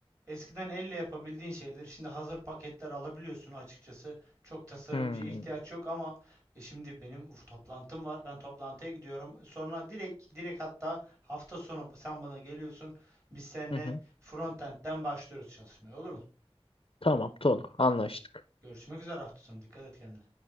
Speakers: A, on the right (about 30°); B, on the left (about 55°).
A: eskiden elle yapabildiğin şeyleri şimdi hazır paketler alabiliyorsun açıkçası. Çok tasarımcıya
B: Hmm.
A: ihtiyaç yok ama e, şimdi benim uf, toplantım var. Ben toplantıya gidiyorum. Sonra direkt direkt hatta hafta sonu sen bana geliyorsun. Biz seninle
B: Hı hı.
A: frontend'den başlıyoruz çalışmaya olur mu?
B: Tamam, olur. Anlaştık.
A: Görüşmek üzere hafta sonu. Dikkat et kendine.